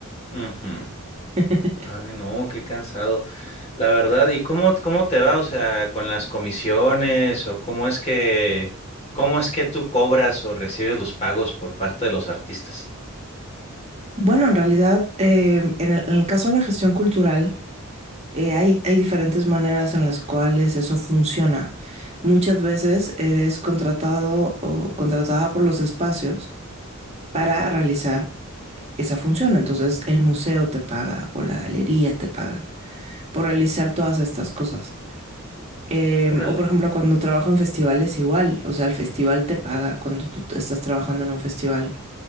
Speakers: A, on the left; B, on the right.
A: Ujú.
B: <laughs>
A: Ay, no, qué cansado. La verdad, ¿y cómo, cómo te va? O sea, con las comisiones o cómo es que, cómo es que tú cobras o recibes los pagos por parte de los artistas.
B: Bueno, en realidad, eh, en el, en el caso de la gestión cultural, eh, hay, hay diferentes maneras en las cuales eso funciona. Muchas veces eres contratado o contratada por los espacios para realizar esa función. Entonces el museo te paga o la galería te paga por realizar todas estas cosas. Em,
A: Órale.
B: o por ejemplo, cuando trabajo en festivales igual, o sea, el festival te paga cuando tú estás trabajando en un festival.